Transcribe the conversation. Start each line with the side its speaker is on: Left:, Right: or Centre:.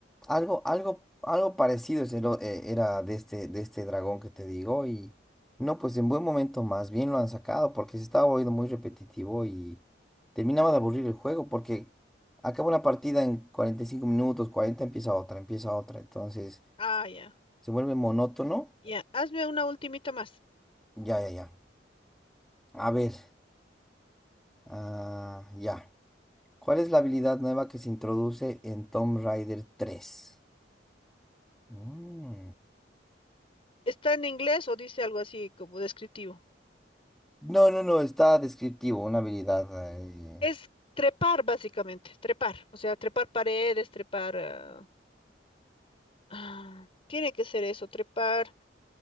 Centre: Algo, algo, algo parecido es el o- eh, era de este, de este dragón que te digo y no, pues en buen momento más bien lo han sacado porque se estaba volviendo muy repetitivo y terminaba de aburrir el juego porque acaba una partida en 45 minutos, 40 empieza otra, empieza otra, entonces
Left: Ah, ya.
Centre: se vuelve monótono.
Left: Ya, hazme una ultimita más.
Centre: Ya, ya, ya. A ver, ah, ya. ¿Cuál es la habilidad nueva que se introduce en Tomb Raider 3? Mm.
Left: ¿Está en inglés o dice algo así como descriptivo?
Centre: No, no, no, está descriptivo, una habilidad. eh,
Left: Es trepar básicamente, trepar. O sea, trepar paredes, trepar... ah, ah, tiene que ser eso, trepar...